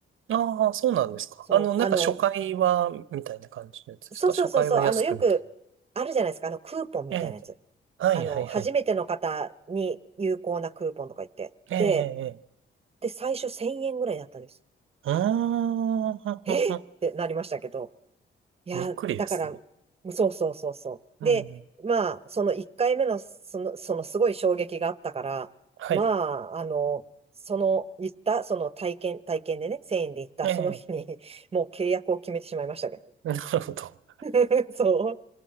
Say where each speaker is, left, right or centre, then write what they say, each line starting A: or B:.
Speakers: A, on the right; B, on the right.
A: ああ、そうなんですか。
B: そう、
A: あの、なんか初回は、
B: あの、
A: みたいな感じのやつですか。
B: そうそうそうそう、
A: 初回は安くみたい
B: あの、よくあるじゃないですか、あの、クーポンみたいなやつ。
A: な。ええ、はい、
B: あの、
A: はい、
B: 初めての方に有効なクーポンとか言って。
A: はい。ええ、
B: で、
A: ええ、ええ
B: で、最初1000円ぐらいだったんです。
A: うーん、<laughs> うんうんうん
B: えっってなりましたけど。いや、
A: びっくりですね。
B: だから、そうそうそうそう。
A: うん。
B: で、まあ、その1回目の、その、そのすごい衝撃があったから、
A: はい。
B: まあ、あの、その、言った、その体験、体験でね、1000円で行った、
A: ええ、
B: その日に、もう契約を決めてしまいましたけどね。
A: <laughs> なるほど。
B: <laughs> そう。